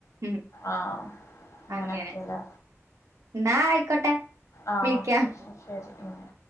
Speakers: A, on the right (about 75°); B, on the left (about 70°).
A: ഉം
B: ആഹ് അങ്ങനെയൊക്കെലേ
A: അങ്ങനെ. എന്നാ ആയിക്കോട്ടെ
B: ആഹ്
A: വിളിക്കാം
B: ഓക്കെ ശരി മ്ഹ്